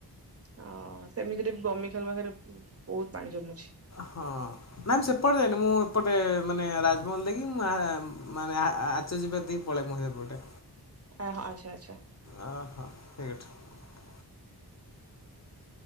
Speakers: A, on the right; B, on the left.
A: ହଁ ସେମିତିରେ ବି ବମି ଖାଲ ପାଖରେ ବହୁତ ପାଣି ଜମୀ
B: ହଁ ନାଇ ମୁଁ ସେପଟେ ଯାଇନି ମୁଁ ଏପଟେ ମାନେ ରାଜମହଲ ଦେଇକି ମୁ ମାନେ ଆ ଆଚର୍ ଯିବା ଦେଇକି ପଳେଇ ମୁଁ ସେପଟେ
A: ଆ ହ ଆଚ୍ଛା ଆଚ୍ଛା
B: ଓ ହୋ ଠିକ ଅଠ